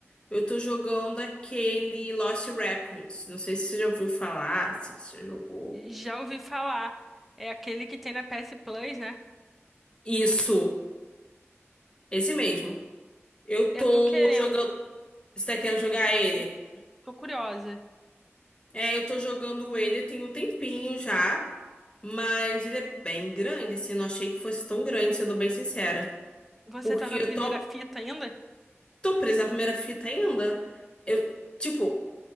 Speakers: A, on the left; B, in the centre.
A: eu tô jogando aquele Lost Records. Não sei se você já ouviu falar, se você já jogou.
B: Já ouvi falar, é aquele que tem na PS Plus, né?
A: Isso, esse mesmo. Eu
B: Eu
A: tô
B: tô querendo,
A: jogando. Você tá querendo jogar
B: tô pensando,
A: ele?
B: em- tô curiosa.
A: É, eu tô jogando ele tem um tempinho já, mas ele é bem grande, assim. Eu não achei que fosse tão grande, sendo bem sincera.
B: Você
A: Porque
B: tá na
A: eu
B: primeira
A: tô,
B: fita ainda?
A: tô presa na primeira fita ainda. Eu, tipo.